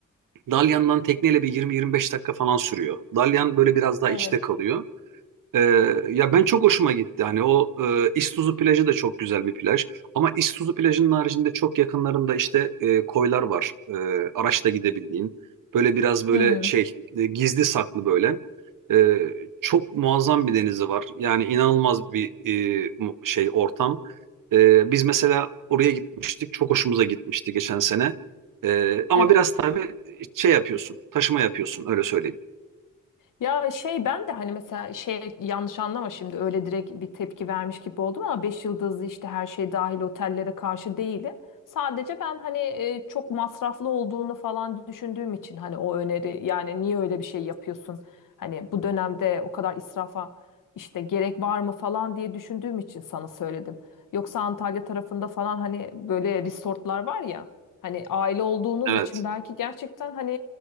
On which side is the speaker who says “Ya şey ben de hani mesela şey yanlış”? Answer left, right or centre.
Left